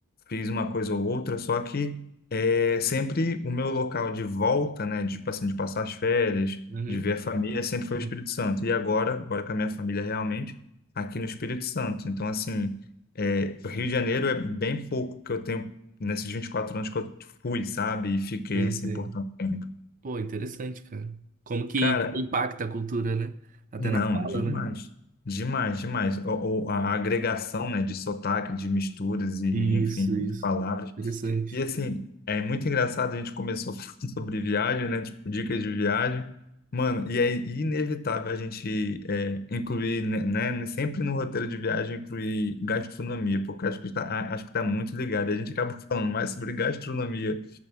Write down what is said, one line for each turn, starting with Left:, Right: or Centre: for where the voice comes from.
Left: fiz uma coisa ou outra, só que é, sempre o meu local de volta, né, de, tipo assim, de passar as férias,
Right: Uhum.
Left: de ver a família, sempre foi o
Right: Sim,
Left: Espírito Santo. E agora, agora com a minha família realmente, aqui no Espírito Santo. Então, assim, é, o Rio de Janeiro é bem pouco que eu tenho nesses 24 anos que eu fui, sabe? E fiquei,
Right: Sei,
Left: assim,
Right: sei.
Left: por tanto tempo.
Right: Pô, interessante, cara. Como que
Left: Cara,
Right: impacta a cultura, né? Até
Left: Não,
Right: na fala,
Left: demais.
Right: né?
Left: Demais, demais. O, o- a agregação, né, de sotaque, de misturas e,
Right: Isso,
Left: enfim,
Right: isso.
Left: de palavras.
Right: Interessante.
Left: E assim, é muito engraçado, a gente começou <laughs> falando sobre viagem, né, tipo, dicas de viagem. Mano, e é inevitável a gente é, incluir, né, né, sempre no roteiro de viagem, incluir gastronomia, porque acho que está, a- acho que está muito ligado. A gente acaba falando mais sobre gastronomia